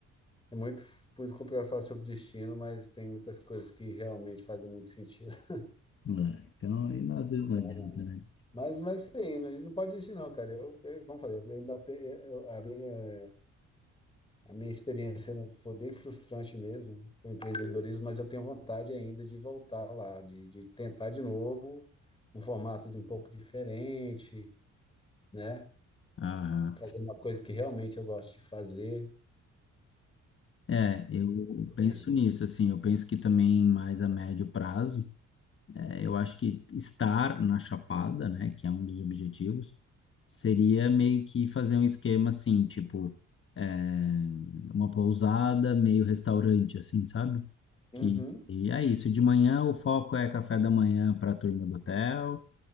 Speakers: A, on the left; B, on the left.
A: é muito, muito complicado falar sobre destino, mas tem muitas coisas que realmente fazem muito sentido. <laughs>
B: É, Então, e às vezes
A: Não
B: não adianta,
A: dá, não.
B: né?
A: Mas, mas sim, não, a gente não pode desistir, não, cara. Eu, eu- como eu falei, eu ainda, pe- eu, a minha A minha experiência não- foi bem frustrante mesmo, o empreendedorismo, mas eu tenho vontade ainda de voltar lá, de, de tentar de novo, um formato de um pouco diferente, né?
B: Aham.
A: Fazer uma coisa que realmente eu gosto de fazer.
B: É, eu penso
A: E-
B: nisso, assim, eu penso que também mais a médio prazo. É, eu acho que estar na Chapada, né, que é um dos objetivos, seria meio que fazer um esquema assim, tipo, é, uma pousada, meio restaurante, assim, sabe?
A: Uhum,
B: Que, e é isso. De manhã o foco é café da manhã para a turma do hotel,